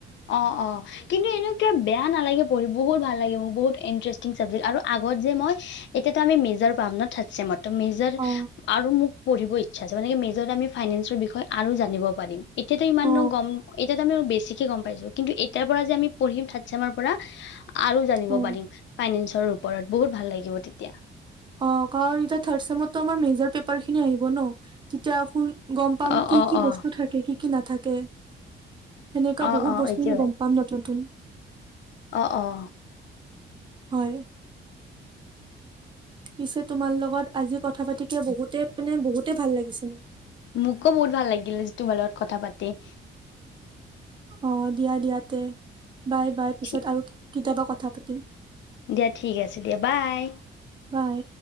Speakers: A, on the left (about 65°); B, on the right (about 25°).
A: অ অ কিন্তু এনেুৱা বেয়া নালাগে পঢ়ি বহুত ভাল লাগে ম বহুত ইণ্টাৰেষ্টিং চাবজেক্ট আৰু আগত যে মই এতিয়াতো আমি মেজৰ পাম ন থাৰ্ড চছেমত। মেজাৰ
B: অ
A: আৰু মোক পঢ়িব ইচ্ছা আছে মানে মেজৰ আমি ফাইনেন্সৰ বিষয়ে আৰু জানিব পাৰিম। এতিয়াতো ইমান
B: অ
A: নো গম এয়াতো আমি বেছি গম পাইছো কিন্তু এতিয়া পৰা যে আমি পঢ়িম থাৰ্ড চেমৰ পৰা। আৰু জানিব
B: অ
A: পাৰিম ফাইনেন্সৰ ওপৰত। বহুত ভাল লাগিব তেতিয়া।
B: অ কাৰণ এতিয়া থাৰ্ড চেমত ত মেজৰ পে পাৰ খিনি আহিব ন। তেতিয়া আকো গম পাম
A: অ',
B: কি
A: অ',
B: কি
A: অ',
B: বস্তু থাকে কি? কি নাথাকে? সেনেকুৱা
A: অ',
B: বহুত
A: অ',
B: বস্তুখিনি
A: এইটোৱে,
B: গ'ম পাম নতুন নতুন।
A: অ' অ'
B: হয়। পিছে তোমাৰ লগত আজি কথা পাতি কিয় বহুতে মানে বহুতে ভাল লাগিছে মোৰ।
A: মোকো বহুত ভাল লাগিলে, এটলিষ্ট তোমাৰ লগত কথা পাতি।
B: অ' দিয়া দিয়া তে বাই বাই পিছত
A: ঠিক-
B: আৰু কেতিয়াবা কথা কথা পতিম।
A: দিয়া ঠিক আছে দিয়া, বাই।
B: বাই।